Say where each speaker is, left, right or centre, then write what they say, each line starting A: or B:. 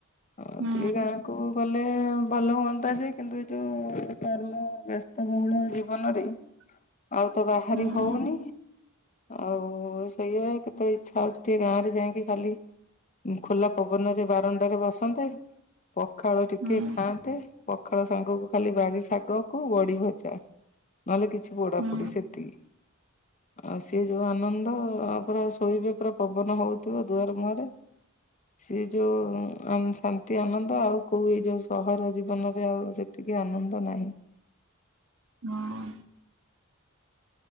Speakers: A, on the left; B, on the right.
A: ହଁ,
B: ହୁଁ
A: ଟିକେ ଗାଁକୁ ଗଲେ ଭଲ ହୁଅନ୍ତା ଯେ, କିନ୍ତୁ ଏ ଯେଉଁ କର୍ମ ବ୍ୟସ୍ତବହୁଳ ଜୀବନରେ
B: <inaudible>
A: ଆଉ ତ ବାହାରି
B: ହୁଁ
A: ହଉନି। ଆଉ ସେଇଆା, କେତେବେଳେ ଇଛା ହଉଛି ଟିକେ ଗାଁରେ ଯାଇକି ଖାଲି ଖୋଲା ପବନରେ ବାରଣ୍ଡାରେ ବସନ୍ତେ, ପଖାଳ ଟିକେ
B: ହୁଁ
A: ଖାଆନ୍ତେ। ପଖାଳ ସାଙ୍ଗକୁ ଖାଲି ବାରି ଶାଗ କୁ, ବଢି ଭଜା। ନହେଲେ କିଛି ପୋଡାପୋଡି
B: ହୁଁ
A: ସେତିକି। ଆଉ ସିଏ ଯୋଉ ଆନନ୍ଦ। ତ ପୁରା ଶୋଇବେ ପୁରା ପବନ ହଉଥିବ ଦୁଆର ମୁହଁରେ, ସିଏ ଯୋଉ ଶାନ୍ତି, ଆନନ୍ଦ ଆଉ କୋଉ ଏଇ ଯୋଉ ସହର ଜୀବନରେ ଆଉ ସେତିକି ଆନନ୍ଦ ନାହିଁ।
B: ହଁ।